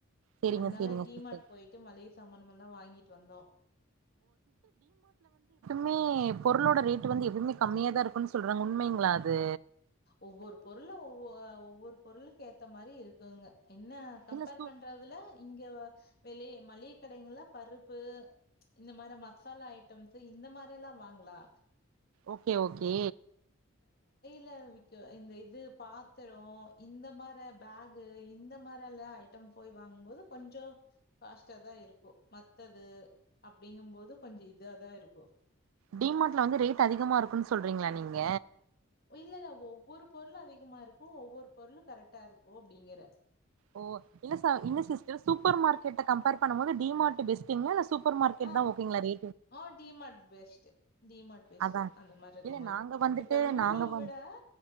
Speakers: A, on the right; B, on the left.
A: சேரிங்க
B: அதனால
A: சேரிங்க
B: டிமார்ட்
A: சிஸ்டர்
B: போயிட்டு மள்ளிக சாமானமல்லா வாங்கிட்டு வந்தோ
A: மே பொருளோட ரேட்டு வந்து எப்பவுமே கம்மியா தா இருக்குன்னு சொல்றாங்க உண்மைங்களா அது
B: ஒவ்வொரு பொருள ஒவ்வொ ஒவ்வொரு பொருளுக்கேத்த மாரி இருக்குங்க என்ன கம்பேர்
A: இல்ல சு
B: பண்றதுல இங்க வெளிய மளிக கடைகள்ள பருப்பு இந்த மாரி மசாலா ஐட்டம்ஸ் இந்த மாரி எல்லா வாங்ளா
A: ஓகே ஓகே
B: லா விக்க இந்த இது பாத்திரோ இந்த மார பேகு இந்த மாரலா ஐட்டம் போய் வாங்கும்போது கொஞ்சோ காஸ்ட்டாதா இருக்கு மத்தது அப்டிங்கும்போது கொஞ்சோ இதாதா இருக்கு
A: டிமார்ட்ல வந்து ரேட் அதிகமா இருக்குன் சொல்றீங்களா நீங்க
B: இல்ல இல்ல ஒவ்வொரு பொருளு அதிகமா இருக்கு ஒவ்வொரு பொருளு கரெக்டா இருக்கு அப்டிங்குற
A: ஓ இல்ல சா இல்ல சிஸ்டர் சூப்பர் மார்க்கெட்ட கம்பேர் பண்ணும் போது டி மார்ட் பெஸ்ட்ங்களா? இல்ல சூப் பர் மார்க்கெட்தா
B: ஆ,
A: ஓங்களா ரே
B: ஆ டி மார்ட் பெஸ்ட் டிமார்ட் பெஸ்ட்
A: அதா
B: அந்த மாரி இருக்கும்போது
A: இல்ல நாங்க வந்துட்டு
B: இப்ப லூலு
A: நாங்க வந்
B: விட ஆ